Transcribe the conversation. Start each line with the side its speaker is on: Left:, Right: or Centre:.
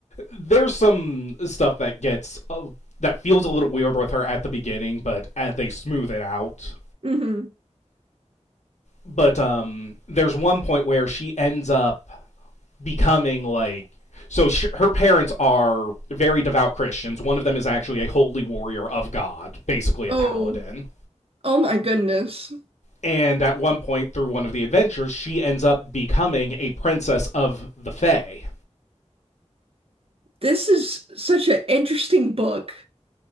Left: there's some stuff that gets uh, that feels a little weird with her at the beginning, but uh, they smooth it out
Right: hmm
Left: but um, there's one point where she ends up becoming like so sh- her parents are very devout Christians. One of them is actually a holy warrior of God, basically a
Right: Oh,
Left: paladin.
Right: oh my goodness.
Left: And at one point through one of the adventures, she ends up becoming a princess of the Fae.
Right: This is such an interesting book.